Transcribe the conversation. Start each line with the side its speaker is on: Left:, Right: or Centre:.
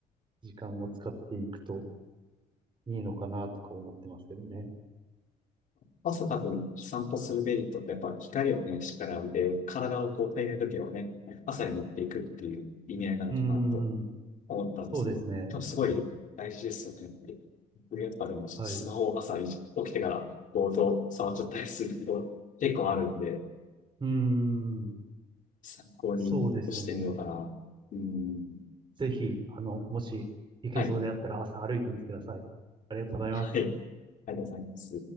Right: 時間を使っていくといいのかなとか思ってますけどね。
Left: 朝多分散歩するメリットってやっぱ光をね、しっかり浴びて、体をこう体内時計をね、朝に持っていくっていう意味合いなのかなと
Right: うーん、
Left: 思ったんですけど、
Right: そうですね。
Left: 多分すごい大事ですよね。やっぱり僕やっぱでもちょっとスマホを朝起きてからぼーっと触っちゃったりすること結構あるんで、
Right: はい。うーん、
Left: 参考にしてみようかな。
Right: そうですよね。
Left: うん。
Right: ぜひ、あの、もし行けそうであったら朝歩いてみてください。
Left: はい。
Right: ありがとうございます。
Left: はい。ありがとうございます。